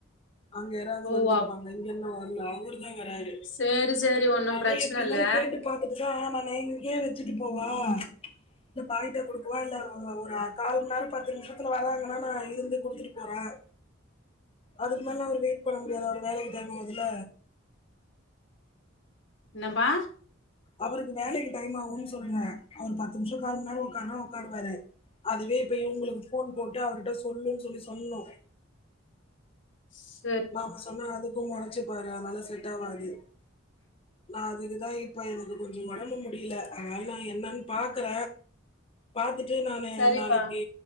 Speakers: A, on the left (about 25°); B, on the left (about 60°).
A: அங்க யாராவது
B: ஓ
A: வந்திருப்பாங்க
B: அப்
A: இங்க அந்த அவரு வராரு
B: சேரி சேரி ஒன்னும்
A: அதான்
B: பிரச்சன
A: எப்டி இருந்தாலும்
B: இல்ல
A: கேட்டு பார்த்துட்டு தான் நானு இங்கே வச்சுட்டு போவா ஆஹ் இ பாயிட்ட குடுக்குவா இல்ல ஒரு கால் மணி நேரம் பத்து நிமிஷத்துல வராங்கன்னா நான் இருந்து குடுத்துட்டு போறேன் அதுக்கு மேல அவரு வெயிட் பண்ண முடியாது அவ வேலைக்கி டைம் ஆகுதுல
B: என்னபா
A: அவருக்கு வேலைக்கு டைம் ஆகும்ன்னு சொல்றேன் அவரு பத்து நிமிஷம் கால் முன்னாடி உட்காருனா உட்காருவாரு அதுவே இப உங்களுக்கு போன் போட் அவர்கிட்ட சொல்லுன்னு சொல்லி சொன்னோம்
B: ஷ்
A: நாம சொன்னா அதுக்கும் முறைச்சி போரா அதுனால உட்டவா டி நான் அதுக்குதான் இப்ப எனக்கு கொஞ்சம் உடம்பு மு டியல ஆனால நா என்னன் பாக்குற பாத்துட் டு நானு
B: சரிப்பா
A: நாளைக்கு